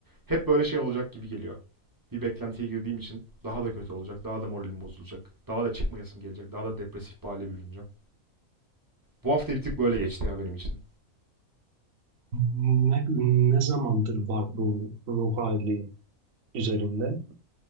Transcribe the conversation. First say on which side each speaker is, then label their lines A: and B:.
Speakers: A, on the right; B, on the right.
A: Hep böyle şey olacak gibi geliyor. Bir beklentiye girdiğim için daha da kötü olacak, daha da moralim bozulacak, daha da çıkmayasım gelecek, daha da depresif bir hale bürüneceğim. Bu hafta bir tık böyle geçti ya benim için.
B: Ne, ne zamandır var bu ruh hali üzerinde?